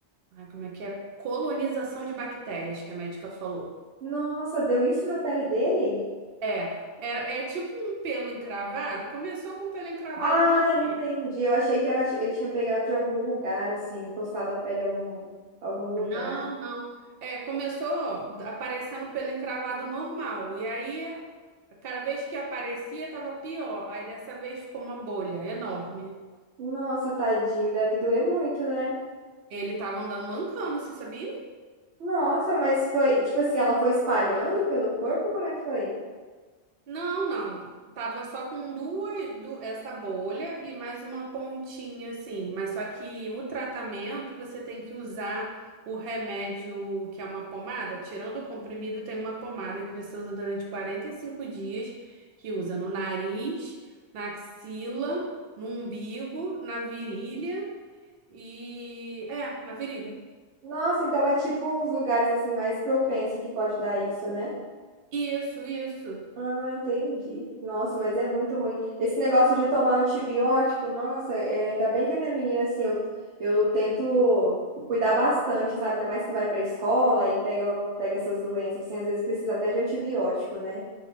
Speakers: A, on the right; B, on the right.
A: ai, como é que é? Colonização de bactérias, que a médica falou.
B: Nossa, deu isso na pele dele?
A: É, é, é tipo um pelo encravado. Começou com pelo encravado
B: Ah,
A: normal.
B: entendi. Eu achei que era, ele tinha pegado de algum lugar, assim, encostado a pele em algum, algum lugar.
A: Não, não. É, começou aparecendo pelo encravado normal. E aí, cada vez que aparecia, tava pior. Aí dessa vez ficou uma bolha enorme.
B: Nossa, tadinho, e deve doer muito, né?
A: Ele tava andando mancando, você sabia?
B: Nossa, mas foi, tipo assim, ela foi espalhando pelo corpo? Como é que foi?
A: Não, não. Tava só com duas, du- essa bolha e mais uma pontinha assim. Mas só que o tratamento você tem que usar o remédio que é uma pomada. Tirando o comprimido, tem uma pomada que você usa durante 45 dias, que usa no nariz, na axila, no umbigo, na virilha e. É, na virilha.
B: Nossa, então é tipo uns lugares assim mais propenso que pode dar isso, né?
A: Isso, isso.
B: Ah, entendi. Nossa, mas é muito ruim. Esse negócio de tomar antibiótico, nossa, é, ainda bem que a minha menina, assim, eu, eu tento cuidar bastante, sabe? Ainda mais que vai pra escola e pega, pega essas doenças, assim, às vezes precisa até de antibiótico, né?